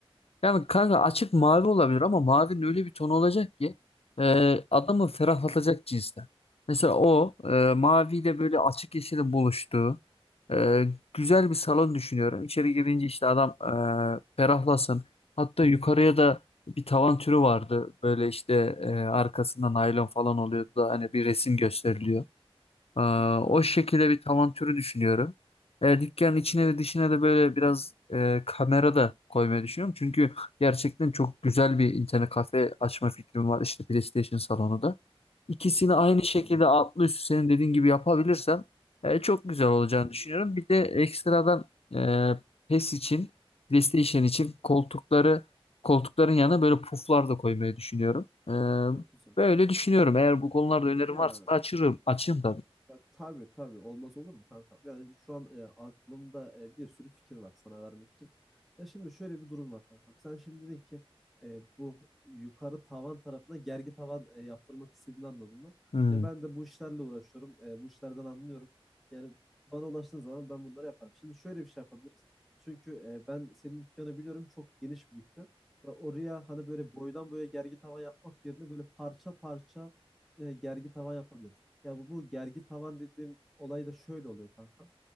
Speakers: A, on the left (about 85°); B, in the centre.
A: Yani kanka açık mavi olabilir ama mavinin öyle bir tonu olacak ki e, adamı ferahlatacak cinsten. Mesela o e, maviyle böyle açık yeşilin buluştuğu e, güzel bir salon düşünüyorum. İçeri girince işte adam e, ferahlasın. Hatta yukarıya da bir tavan türü vardı. Böyle işte e, arkasında naylon falan oluyordu da hani bir resim gösteriliyor. Ee,
B: Hı, evet.
A: o şekilde bir tavan türü düşünüyorum. E, dükkanın içine
B: Ya
A: ve dışına da böyle biraz e, kamera da koymayı düşünüyorum. Çünkü gerçekten çok güzel bir internet kafe açma fikrim var. İşte PlayStation salonu da. İkisini aynı
B: çok
A: şekilde
B: güzel.
A: altlı üstü senin dediğin gibi yapabilirsem e, çok güzel olacağını
B: Hı hı,
A: düşünüyorum. Bir de ekstradan e, PES için, PlayStation için koltukları koltukların yanına böyle puflar da koymayı düşünüyorum. E,
B: çok güzel.
A: böyle düşünüyorum. Eğer bu konularda önerim
B: Ya,
A: varsa da açırım, açayım tabii.
B: ya tabii tabii olmaz olur mu kanka? Yani şu an e, aklımda e, bir sürü fikir var sana vermek için. Ya şimdi şöyle bir durum var kanka. Sen şimdi dedin ki e, bu yukarı tavan tarafına gergi tavan e, yaptırmak istediğini anladım ben.
A: Hmm.
B: Ya ben de bu işlerle uğraşıyorum. E, bu işlerden anlıyorum. Yani bana ulaştığın zaman ben bunları yaparım. Şimdi şöyle bir şey yapabiliriz. Çünkü e, ben senin dükkanı biliyorum. Çok geniş bir dükkan. Ya oraya hani böyle boydan boya gergi tavan yapmak yerine böyle parça parça e, gergi tavan yapabiliriz. Ya bu, bu gergi tavan dediğim olay da şöyle oluyor kanka.